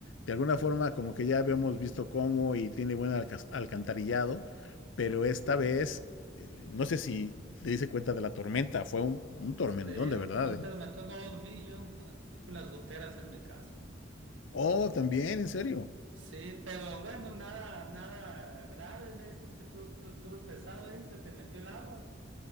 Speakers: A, on the left (about 75°); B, on the right (about 85°).
A: De alguna forma, como que ya habíamos visto cómo y tiene buen alca- alcantarillado, pero esta vez, eh, no sé si te diste cuenta de la tormenta, fue un, un tormentón
B: Sí,
A: de verdad,
B: pues un
A: ¿eh?
B: tormento no dormí yo, aquí con las goteras en mi casa.
A: Oh, también, en serio.
B: Sí, pero bueno, nada, nada grave. Me dices que tú, tú estuvo pesado ahí, se te metió el agua.